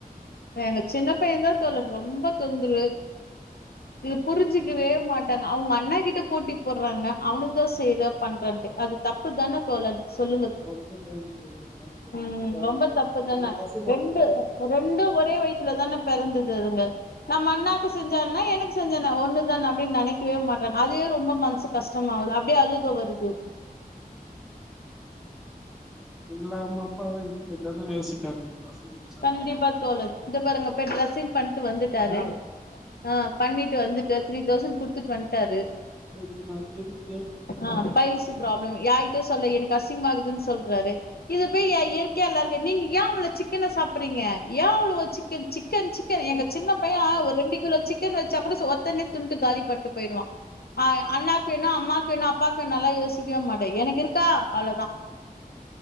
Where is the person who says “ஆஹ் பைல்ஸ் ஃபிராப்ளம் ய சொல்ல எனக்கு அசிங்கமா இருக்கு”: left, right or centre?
Left